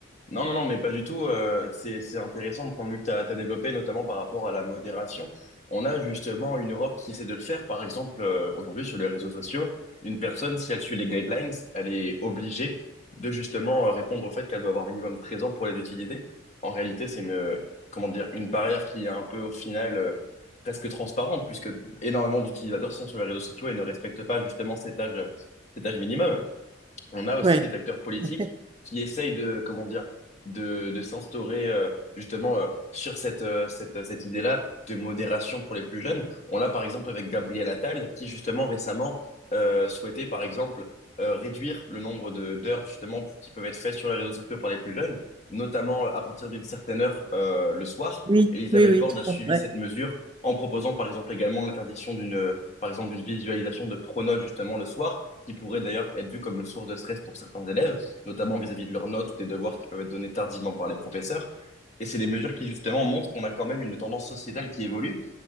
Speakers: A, on the left; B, on the right.
A: Non, non, non, mais pas du tout. euh, c'est, c'est intéressant le point de vue que tu as, développé, notamment par rapport à la modération. On a justement une Europe qui essaie de le faire. Par exemple, euh, aujourd'hui, sur les réseaux sociaux, une personne, si elle suit les guidelines, elle est obligée de justement euh, répondre au fait qu'elle doit avoir minimum 13 ans pour les utiliser. En réalité, c'est une, euh, comment dire, une barrière qui est un peu, au final, euh, presque transparente, puisque énormément d'utilisateurs sont sur les réseaux sociaux et ne respectent pas justement cet âge, cet âge minimum. on a aussi
B: oui. Ouais,
A: des acteurs politiques
B: tout à fait.
A: qui essayent de, comment dire, de, de s'instaurer euh, justement euh, sur cette, euh, cette, cette idée-là de modération pour les plus jeunes. On l'a par exemple avec Gabriel Attal qui justement récemment euh, souhaitait par exemple euh, réduire le nombre de d'heures justement qui peuvent être faites sur les réseaux sociaux par les plus jeunes, notamment euh, à partir d'une certaine heure euh, le soir.
B: Oui,
A: Elisabeth
B: oui, oui,
A: Borne
B: tout
A: a suivi
B: à fait. Ouais.
A: cette mesure en proposant par exemple également l'interdiction d'une euh, par exemple d'une visualisation de pronos justement le soir qui pourrait d'ailleurs être vu comme une source de stress pour certains élèves, notamment vis-à-vis de leurs notes ou des devoirs qui peuvent être donnés tardivement par les professeurs. Et c'est des mesures qui justement montrent qu'on a quand même une tendance sociétale qui évolue.